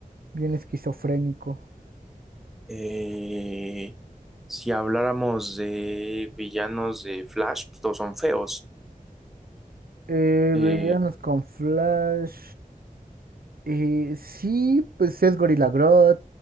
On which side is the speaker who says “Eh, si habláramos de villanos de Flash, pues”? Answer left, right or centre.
Centre